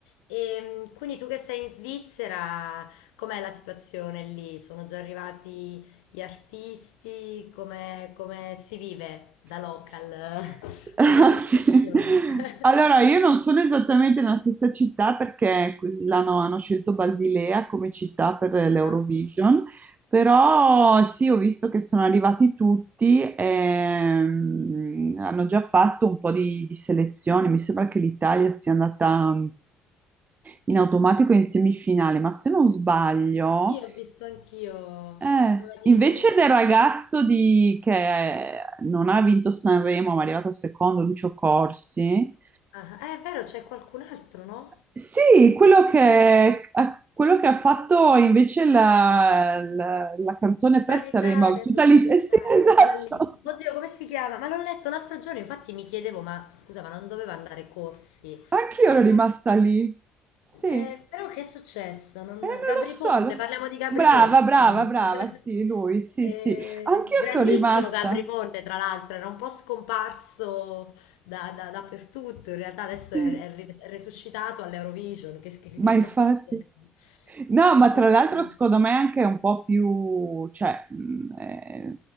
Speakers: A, on the left; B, on the right.
A: E mh, quindi tu che sei in Svizzera, com'è la situazione lì? Sono già arrivati gli artisti? Come, come si vive da
B: <laughs>
A: local
B: S-
A: eh, <laughs> questa
B: Ah,
A: situazione?
B: sì.
A: <laughs>
B: Allora, io non sono esattamente nella stessa città perché que- l'hanno- hanno scelto Basilea come città per l'Eurovision,
A: Ah,
B: però sì, ho visto che sono arrivati tutti e mm, hanno già fatto un po' di, di selezioni. Mi sembra che l'Italia sia andata mm, in automatico in semifinale, ma se non sbaglio.
A: Sì, ho visto anch'io.
B: Eh,
A: Vabbè, dimmi,
B: invece
A: dimmi.
B: del ragazzo di- che non ha vinto Sanremo, ma è arrivato secondo, Lucio Corsi,
A: Ah, è vero, c'è qualcun altro, no?
B: sì, quello che, ha- quello che ha fatto invece la, la- la canzone
A: Tutta
B: per Sanremo,
A: l'Italia,
B: tutta
A: tutta
B: lì,
A: l'Italia,
B: eh sì, <laughs> esatto,
A: quella lì. Oddio, come si chiama? Ma l'ho letto l'altro giorno, infatti mi chiedevo, ma scusa, ma non doveva andare corsi
B: anch'io
A: a...
B: ero rimasta lì, sì,
A: Eh,
B: eh,
A: però che è successo? Non...
B: non
A: Gabri Ponte,
B: lo
A: parliamo
B: so,
A: di Gabri
B: brava,
A: Ponte.
B: brava,
A: <laughs>
B: brava, sì, lui, sì,
A: Eh,
B: sì, anch'io
A: grandissimo
B: sono rimasta,
A: Gabri Ponte, tra l'altro, era un po' scomparso da- da- dappertutto, in realtà adesso
B: sì,
A: è, è ri- è resuscitato all'Eurovision, che, che-
B: ma
A: che sta
B: infatti...
A: succedendo?
B: No, ma
A: Eh,
B: tra l'altro secondo me anche è un po' più, cioè, mh, è,